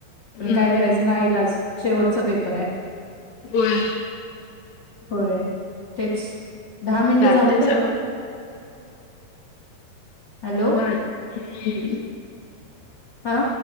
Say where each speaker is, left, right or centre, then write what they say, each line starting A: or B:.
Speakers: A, on the left; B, on the left.
A: हम्म
B: पण काय करायच नाईलाज शेवटच पेपर आहे.
A: व्हय,
B: होय. तेच दहा मिनट
A: चालते
B: झाले काय हो, हॅलो,
A: आईकली,
B: हा,